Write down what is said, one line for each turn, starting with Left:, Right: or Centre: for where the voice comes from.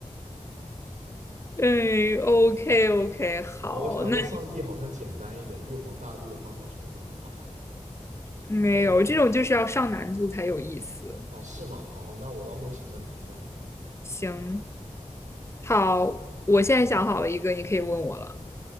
Left: 哎，OK OK，好，
Right: 然后我想说上帝好像简单一点，
Left: 那
Right: 玉皇大帝的话好像有点麻烦。
Left: 你没有这种就是要上难度才有意思。
Right: 哦，是吗？好，那我到时候想个男的。
Left: 嗯，好，我现在想好了一个，你可以问我了。